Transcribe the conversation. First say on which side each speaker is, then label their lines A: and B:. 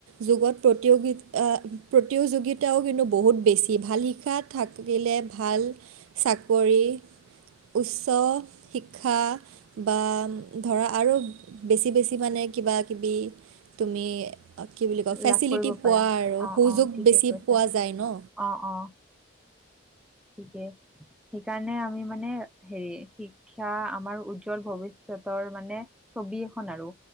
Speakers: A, on the right (about 90°); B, in the centre.
A: যুগত, প্ৰতিয়োগিত, আ প্ৰতিযোগিতা তায়ো কিন্তু বহুত বেছি। ভাল শিক্ষা থাকিলে ভাল চাকৰি, উচ্চ শিক্ষা বা ধৰা আৰু বেছি বেছি মানে কিবা কিবি তুমি কি বুলি কয় ফেচিলিটি
B: লাভ কৰিব
A: পোৱা
B: পাৰা
A: আৰু
B: অঁ
A: সুযোগ
B: অঁ ঠিকে
A: বেছি
B: কৈছা
A: পোৱা যায় ন।
B: অঁ অঁ ঠিকে, সেইকাৰণে আমি মানে হেৰি শিক্ষা আমাৰ উজ্জ্বল ভৱিষ্যত ষতৰ মানে ছবি এখন আৰু